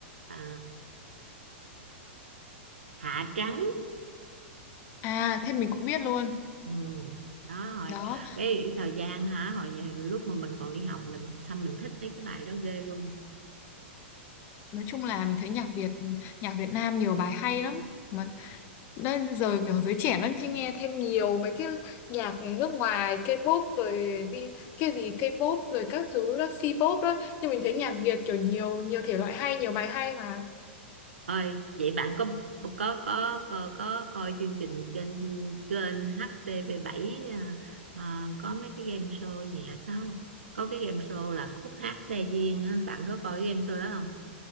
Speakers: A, on the right; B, on the left.
A: à, hạ trắng
B: À, thế mình cũng biết luôn.
A: ừ. đó rồi
B: Đó,
A: cái thời gian hả hồi nhà- lúc mà mình còn đi học mình sao mình thích mấy cái bài đó ghê luôn
B: nói chung là mình thấy nhạc Việt, nhạc Việt Nam nhiều bài hay lắm. Mà đây giờ kiểu giới trẻ nó thích nghe thêm nhiều mấy cái nhạc nước ngoài, K-pop rồi đi cái gì K-pop rồi các thứ đó, C-pop đó. Nhưng mình thấy nhạc Việt kiểu nhiều nhiều thể loại hay, nhiều bài hay mà.
A: ơi vậy bạn có có có có, có coi chương trình trên kênh HTV7 à, à, có mấy cái game show nhạc đó không có cái game show là khúc hát xe duyên á bạn có coi cái game show đó